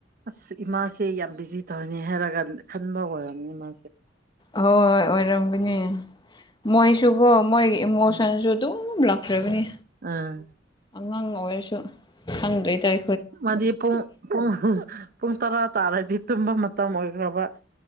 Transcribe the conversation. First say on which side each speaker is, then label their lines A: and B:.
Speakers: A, on the right (about 50°); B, on the left (about 25°).
A: ꯑꯁ ꯏꯃꯥꯁꯦ ꯌꯥꯝ ꯕꯤꯖꯤ ꯇꯧꯅꯤ ꯍꯥꯏꯔꯒ ꯈꯟꯕ ꯑꯣꯏꯔꯝꯅꯤ ꯃꯥ
B: ꯍꯣꯏ ꯑꯣꯏꯔꯝꯒꯅꯤ ꯃꯣꯏꯁꯨꯒꯣ ꯃꯣꯏꯒꯤ ꯏꯃꯣꯁꯟꯁꯨ ꯗꯨꯝ ꯂꯥꯛꯈ꯭ꯔꯕꯅꯤ꯫
A: ꯑꯥ
B: ꯑꯉꯥꯡ ꯑꯣꯏꯔꯁꯨ ꯈꯪꯗ꯭ꯔꯦ ꯇꯥꯏ
A: ꯃꯥꯗꯤ ꯄꯨꯡ ꯄꯨꯡ ꯄꯨꯡ ꯇꯔꯥ ꯇꯥꯔꯗꯤ ꯇꯨꯝꯕ ꯃꯇꯝ ꯑꯣꯏꯈ꯭ꯔꯕ꯫